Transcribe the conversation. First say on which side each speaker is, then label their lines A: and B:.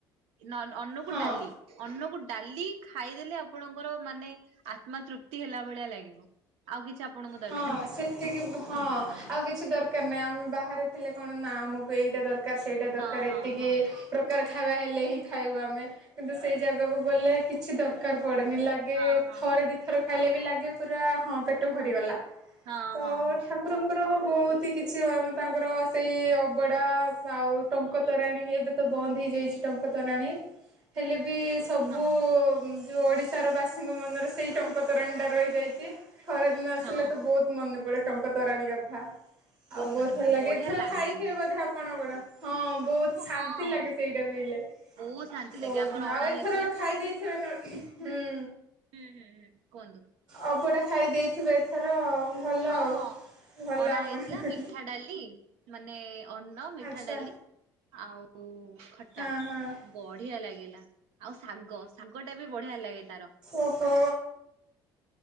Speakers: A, on the right; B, on the right.
A: ନ ଅନକୁ
B: ହଁ
A: ଡାଲି ଅନକୁ ଡାଲି ଖାଇଦେଲେ ଆ ଆପଣଙ୍କର ମାନେ ଆତ୍ମା ତୃପ୍ତି ହେଲା ଭଳିଆ ଲାଗିବ। ଆଉ କିଛି ଆପଣଙ୍କୁ ଦରକାର
B: ହଁ
A: ନାହିଁ
B: ସେତିକି ହଁ ଆଉ କି ଛି ଦରକାର ନାହିଁ ଆମେ ବାହାରେ ଥିଲେ କଣ ନା ଆମକୁ ଏଇଟା ଦରକାର ସେଇଟା ଦରକାର
A: ହଁ ହଁ
B: ଏତିକି
A: ହଁ
B: ପ୍ରକାର ଖାଇବା ହେଲେ ହିଁ ଖାଇବ ଆମେ କିନ୍ତୁ ସେଇ ଜାଗାକୁ ଗଲେ କିଛି ଦରକାର ପଡ଼େନି। ଲାଗେ
A: ହଁ ହଁ।
B: ଥରେ ଦୁଇ ଥର ଖାଇଲେ ବି ଲାଗେ ପୁରା ହଁ ପେଟ ଭରିଗଲା।
A: ହଁ
B: ତ
A: ହଁ ହଁ।
B: ଠାକୁରଙ୍କର ବହୁତ ହି କିଛି ଆମେ ତାଙ୍କର ସେଇ ଅବଡ଼ା ଆଉ ଟଙ୍କ ତୋରାଣୀ ଏବେ ତ ବନ୍ଦ ହେଇ ହେଇ ଯାଇଚି ଟଙ୍କ ତୋରାଣି ହେଲେ ବି ସବୁ
A: ହଁ ହଁ
B: ଯଉଁ ଓଡ଼ିଶାର ବାସୀଙ୍କ ମନରେ ସେଇ ଟଙ୍କ ତୋରାଣୀଟା ରହିଯାଇଚି। ଖରାଦିନ ଆସିଲେ
A: ହଁ
B: ତ ବହୁତ ମନେ ପଡେ ଟଙ୍କତରାଣୀ କଥା। ଆଉ ବହୁତ
A: ମନେ
B: ଭଲ
A: ପଡେ
B: ଲାଗେ
A: ବଢିଆ
B: ଏଥର
A: ଲାଗେ
B: ଖାଇଥିବେ
A: ବି।
B: ବୋଧେ ଆପଣ ଗଡ ହଁ ବହୁତ
A: ହଁ
B: ଶାନ୍ତି
A: ହଁ
B: ଲାଗେ ସେଇଟା ପିଇଲେ।
A: ବହୁତ ଶାନ୍ତି ଲାଗେ
B: ବହୁତ
A: ଆମର
B: ନାଁ
A: ଅଣା
B: ଆଉ ଏଥର
A: ହେଇଥିଲା
B: ଖାଇ ଦେଇେଇଥିବେ ନ ହୁଁ।
A: ହୁଁ ହୁଁ ହୁଁ। କୁହନ୍ତୁ।
B: ଅବଡ଼ା ଖାଇ ଦେଇେଇଥିବେ ଏଥର ଆଉ ଭଲ
A: ହଁ
B: ଆଉ।
A: ହଁ
B: ଭଲ
A: ଅଣା
B: ଆପଣ
A: ହେଇଥିଲା ମିଠା ଡାଲି ମାନେ ଅନ୍ନ ମିଠା
B: ଆଚ୍ଛା
A: ଡାଲି ଆଉ ଖଟା
B: ହଁ ହଁ
A: ବଢିଆ ଲାଗିଲା ଆଉ ଶାଗ ଶାଗ ଟା ବି ବଢିଆ ଲାଗେ ତାର।
B: ଓହୋ।